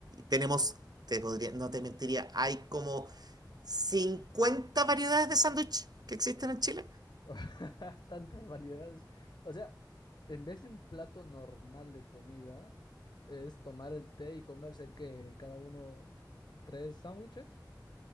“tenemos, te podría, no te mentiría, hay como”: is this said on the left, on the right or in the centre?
Right